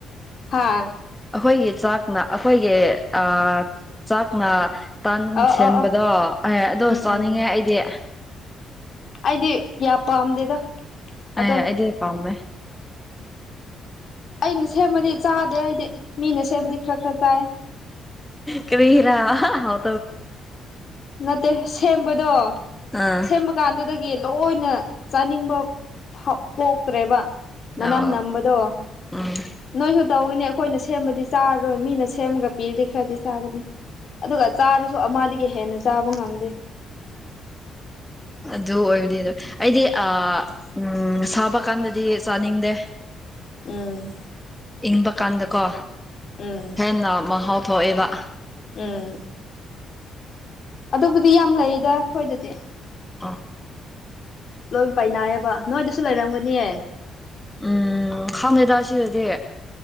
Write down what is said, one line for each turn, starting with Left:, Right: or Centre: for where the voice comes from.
Left: ꯍꯥꯥ꯫
Centre: ꯑꯩꯈꯣꯏꯒꯤ ꯆꯥꯛꯅ ꯑꯩꯈꯣꯏꯒꯤ ꯑ ꯆꯥꯛꯅ ꯇꯟ
Left: ꯑꯥ
Centre: ꯁꯦꯟꯕꯗꯣ
Left: ꯑꯥ ꯑꯥ
Centre: ꯑꯦ ꯑꯗꯣ
Left: ꯎꯝ
Centre: ꯆꯥꯅꯤꯡꯉꯦ
Left: ꯎꯝ ꯎꯝ
Centre: ꯑꯩꯗꯤ꯫
Left: ꯑꯩꯗꯤ ꯀꯌꯥ ꯄꯥꯝꯗꯦꯗ꯫ ꯑꯗꯣ
Centre: ꯑꯦ ꯑꯩꯗꯤ ꯄꯥꯝꯃꯦ꯫
Left: ꯑꯩꯅ ꯁꯦꯝꯕꯗꯤ ꯆꯥꯗ꯭ꯔꯦ ꯑꯩꯗꯤ ꯃꯤꯅ ꯁꯦꯝꯕꯗꯤ ꯈꯔ ꯈꯔ ꯆꯥꯏꯌꯦ꯫
Centre: ꯀꯔꯤꯒꯤꯔꯥ ꯍꯥꯎ
Left: ꯅꯠꯇꯦ ꯁꯦꯝꯕꯗꯣ
Centre: ꯑꯥ
Left: ꯁꯦꯝꯕ ꯀꯥꯟꯗꯨꯗꯒꯤ ꯂꯣꯏꯅ ꯆꯥꯅꯤꯡꯕ ꯐꯥꯎ ꯄꯣꯛꯇ꯭ꯔꯦꯕ꯫ ꯃꯅꯝ
Centre: ꯑꯥꯎ
Left: ꯅꯝꯕꯗꯣ
Centre: ꯎꯝ
Left: ꯅꯣꯏꯁꯨ ꯇꯧꯒꯅꯤ ꯑꯩꯈꯣꯏꯅ ꯁꯦꯝꯕꯗꯤ ꯆꯥꯔꯔꯣꯏ ꯃꯤꯅ ꯁꯦꯝꯒ ꯄꯤꯔꯗꯤ ꯈꯔꯗꯤ ꯆꯥꯒꯅꯤ ꯑꯗꯨꯒ ꯆꯥꯔꯁꯨ ꯑꯃꯗꯒꯤ ꯍꯦꯟꯅ ꯆꯥꯕ ꯉꯝꯗꯦ꯫
Centre: ꯑꯗꯨ ꯑꯣꯏꯕꯅꯤꯗ ꯑꯩꯗꯤ ꯑ ꯎꯝ ꯁꯥꯕ ꯀꯥꯟꯗꯗꯤ ꯆꯥꯅꯤꯡꯗꯦ꯫
Left: ꯎꯝ꯫
Centre: ꯏꯪꯕ ꯀꯥꯟꯗꯀꯣ꯫
Left: ꯎꯝ꯫
Centre: ꯍꯦꯟꯅ ꯃꯍꯥꯎ ꯊꯣꯛꯑꯦꯕ꯫
Left: ꯎꯝ꯫ ꯑꯗꯨꯕꯨꯗꯤ ꯌꯥꯝ ꯂꯩꯗ ꯈꯣꯏꯗꯗꯤ꯫
Centre: <inaudible>
Left: ꯂꯣꯏ ꯄꯥꯏꯅꯥꯏꯌꯦꯕ ꯅꯣꯏꯗꯁꯨ ꯂꯩꯔꯝꯒꯅꯤ꯫
Centre: ꯎꯝ ꯈꯪꯗꯦꯗ ꯑꯁꯤꯗꯗꯤ꯫